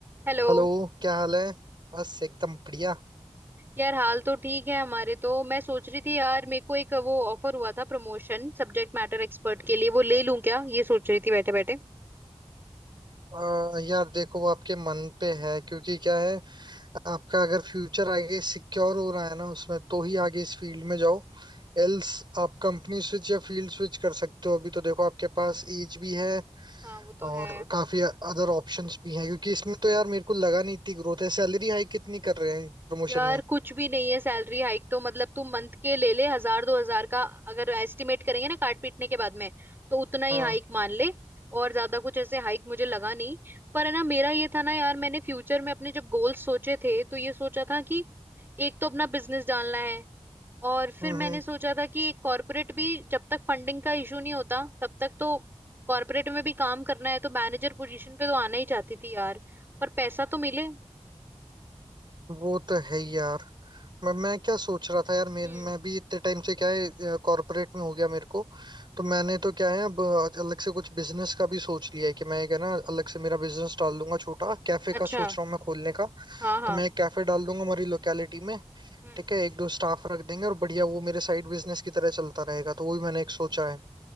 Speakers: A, on the right (about 20°); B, on the right (about 45°).
A: हेलो
B: हेलो क्या हाल है बस एकदम बढ़िया
A: यार हाल तो ठीक है हमारे तो मैं सोच रही थी यार मेरे को एक वो ऑफर हुआ था प्रमोशन सब्जेक्ट मैटर एक्सपर्ट के लिए वो ले लूं क्या ये सोच रही थी बैठे बैठे
B: अ, यार देखो वो आपके मन पे है क्योंकि क्या है आपका अगर फ्यूचर आगे सिक्योर हो रहा है ना उसमें तो ही आगे इस फील्ड में जाओ एल्स आप कंपनी स्विच या फील्ड स्विच कर सकते हो अभी तो देखो आपके पास एज भी है
A: हाँ वो तो
B: और
A: है
B: काफी अदर ऑप्शंस भी हैं क्योंकि इसमें तो यार मेरे को लगा नहीं इतनी ग्रोथ है सैलरी हाइक कितनी कर रहे हैं प्रमोशन
A: यार
B: में
A: कुछ भी नहीं है सैलरी हाइक तो मतलब तू मंथ के ले ले हजार दो हजार का अगर एस्टिमेट करेंगे ना काट पीटने के बाद में तो उतना ही
B: हाँ
A: हाइक मान ले और ज्यादा कुछ ऐसे हाइक मुझे लगा नहीं पर है ना मेरा ये था ना यार मैंने फ्यूचर में अपने जब गोल्स सोचे थे तो ये सोचा था कि एक तो अपना बिजनेस डालना है और फिर
B: हम्म
A: मैंने
B: हम्म।
A: सोचा था कि कॉर्पोरेट भी जब तक फंडिंग का इशू नहीं होता तब तक तो कॉर्पोरेट में भी काम करना है तो मैनेजर पोजीशन पे तो आना ही चाहती थी यार पर पैसा तो मिले
B: वो तो है ही यार मैं मैं क्या सोच रहा था यार मेरे
A: हम्म
B: मैं भी इतने टाइम से क्या है कॉर्पोरेट में हो गया मेरे को तो मैंने तो क्या है अब अलग से कुछ बिजनेस का भी सोच लिया है कि मैं एक है ना अलग से मेरा बिजनेस डाल दूंगा छोटा कैफे
A: अच्छा
B: का सोच रहा हूँ मैं खोलने का
A: हाँ हाँ
B: तो मैं एक कैफे डाल दूंगा हमारी लोकेलिटी में
A: हम्म
B: ठीक है एक दो स्टाफ रख देंगे और बढ़िया वो मेरे साइड बिजनेस की तरह चलता रहेगा तो वो भी मैंने एक सोचा है